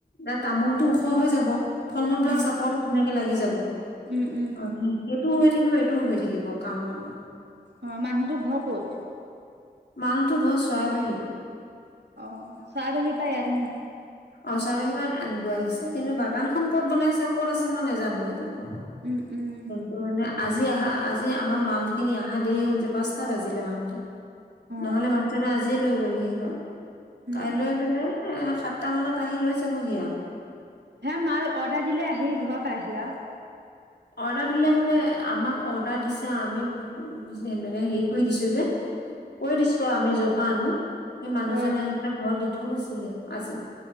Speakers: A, on the left; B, on the right.
A: এ তামোলটো ওখ হৈ যাব ফল মূল বিলাক
B: উম
A: চাপৰতে ধুনাকে লাগি যাব।
B: উম উম
A: অ' সেইটোও হৈ থাকিব এইটোও হৈ থাকিব কাম মানে।
B: অ' মানুহ তো ঘৰ ক'ত?
A: মানুহটোৰ ঘৰ চৰাইবাহি।
B: অ' চাই বাহি পাই ইয়াত নিম
A: অ' চাৰ বাহিৰব আনিব আহিছে কিন্তু বাগানখন ক'ত বনাইছে ক'ত আছে মই নোজানো সেইটো কওঁ।
B: উম', উম'
A: ত' মানে আজি আহা আজি আমাৰ মাল খিনি অহা দেৰি হল যে পাঁচটা বাজিলে আহোতে।
B: অ
A: নহলে মাটো আজিয় লৈ গ'ল সি হয়
B: উম
A: কাইলৈ
B: উম
A: পেললে সাত সটামানত আহি লৈ যাবহি আৰু
B: হে মাল অৰ্ডাৰ দিলে আহি ঘৰৰ আহি আৰু
A: অৰ্ডাৰ দিলে মানে আমাক অৰ্ডাৰ দিছে আমি মানে হেৰি কৰি দিছো যে! কৈ দিছো আৰু আমি যৰ পৰা আনো সেই মানুহজনে
B: অ
A: আহি পেলাই ঘৰত দি থৈ গৈছেিহি আৰু আজি।